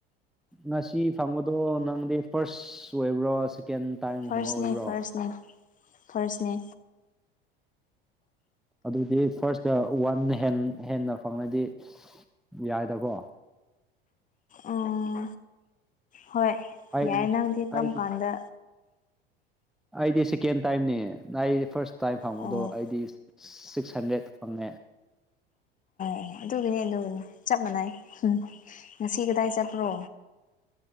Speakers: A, in the centre; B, on the left.
A: ꯉꯁꯤ ꯐꯪꯕꯗꯣ ꯅꯪꯗꯤ ꯐꯥꯔꯁ ꯑꯣꯏꯕ꯭ꯔꯣ ꯁꯤ ꯀꯦꯟ ꯇꯥꯏꯝꯒꯨꯝꯕ
B: ꯐꯥꯔꯁꯅꯦ
A: ꯑꯣꯏꯕ꯭ꯔꯣ
B: ꯐꯥꯔꯁꯅꯦ
A: ꯑꯣ
B: ꯐꯥꯔꯁꯅꯦ
A: ꯑꯗꯨꯗꯤ ꯐꯥꯔꯁꯇ ꯋꯥꯟ ꯍꯦꯟ ꯍꯦꯟꯅ ꯐꯪꯅꯗꯤ ꯌꯥꯏꯗꯀꯣ
B: ꯎꯝ ꯍꯣꯏ
A: ꯑꯩ
B: ꯌꯥꯏ ꯅꯪꯗꯤ ꯀꯔꯝ
A: ꯑꯩ
B: ꯀꯥꯟꯗ
A: ꯑꯩꯗꯤ ꯁꯦꯀꯦꯟ ꯇꯥꯏꯝꯅꯤ ꯑꯩ ꯐꯥꯔꯁ ꯇꯥꯏꯝ ꯐꯪꯕꯗꯣ
B: ꯑꯣ
A: ꯑꯩꯗꯤ ꯁꯤꯛꯁ ꯍꯟꯗ꯭ꯔꯦꯗ ꯐꯪꯉꯦ
B: ꯑꯣ ꯑꯗꯨꯒꯤꯅꯤ ꯑꯗꯨꯒꯤꯅꯤ ꯆꯞ ꯃꯥꯟꯅꯏ ꯎ ꯉꯁꯤ ꯀꯗꯥꯏ ꯆꯠꯄ꯭ꯔꯣ